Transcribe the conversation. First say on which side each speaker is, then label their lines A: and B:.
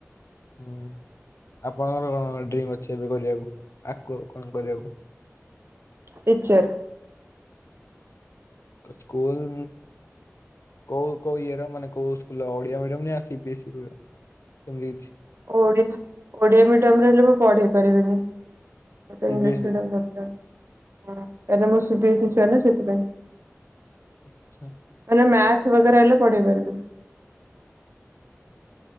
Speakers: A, on the left (about 65°); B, on the right (about 50°).
A: ହୁଁ ଆପଣଙ୍କର କଣ କଣ ଡ୍ରିମ୍ ଅଛି ଏବେ କରିବାକୁ ଆକୁ କଣ କରିବାକୁ
B: ଟିଚର
A: ସ୍କୁଲ କୋଉ କୋଉ ଇଏର ମାନେ କୋଉ ସ୍ ଓଡିଆ ମିଡିମ ନା ସିବି ଆସି ଏମିତି କିଛି
B: ଓଆଶା ଓଡିଆ ମିଡିୟମରେ ହେଲେ ମୁଁ ପଢେଇ ପାରିବିନି ମତେ
A: ସି
B: ଇଂଲିଶ
A: ବି ଏସ୍
B: ମିଦୀୟମଦରକାର
A: ଇ
B: ହ କାହିଁକ ମୁଁ ସି ଭି ଏସି ଛୁଆ ନା ସେଥିପାଇଁ
A: ଆଚ୍ଛା
B: ମିଥ୍ ବାଗେରା ହେଲେ ପଢେଇ ପାରିବ